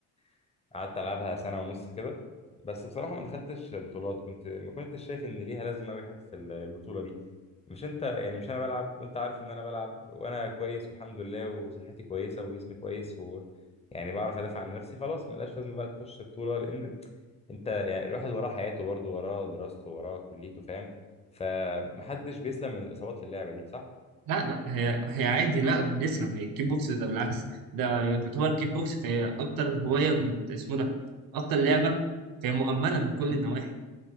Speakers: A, on the left; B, on the right.
A: فقعدت العبها سنة ونص كده بس بصراحة ما دخلتش بطولات كنت ما كنتش شايف ان ليها لازمة أوي حتة البطولة دي مش انت يعني مش انا بلعب وانت عارف ان انا بلعب وانا كويس والحمد لله وصحتي كويسة وجسمي كويس و يعني بعرف ادافع عن نفسي خلاص ملاش لازمة بقى تخش بطولة لان انت يعني الواحد وراه حياته برضه وراه دراسته وراه كليته فاهم فمحدش بيسلم من الإصابات في اللعبة دي صح؟
B: لا لا هي هي عادي لا بنسلم هي الكيك بوكس ده بالعكس ده يعتبر كيك بوكس فهي أكتر هواية من- اسمه ده أكتر لعبة هي مؤمنة من كل النواحي